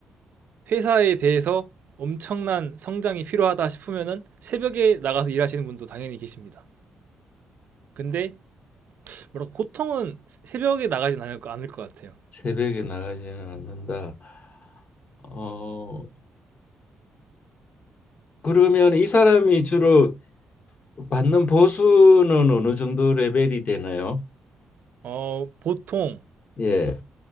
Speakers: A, on the right; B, on the left.
A: 회사에 대해서 엄청난 성장이 필요하다 싶으면은 새벽에 나가서 일하시는 분도 당연히 계십니다. 근데 뭐랄까 보통은 새벽에 나가진 않을, 거- 않을 것 같아요.
B: 새벽에 나가지는 않는다. 어, 그러면 이 사람이 주로 받는 보수는 어느 정도 레벨이 되나요?
A: 어, 보통
B: 예.